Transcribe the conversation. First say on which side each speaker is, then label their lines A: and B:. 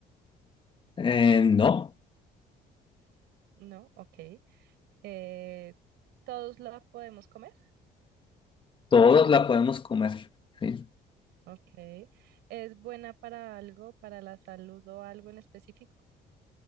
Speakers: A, on the left; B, on the right.
A: Eh, no,
B: No, ok. Eh, ¿todos la podemos comer?
A: todos la podemos comer. sí.
B: Ok. ¿Es buena para algo, para la salud o algo en específico?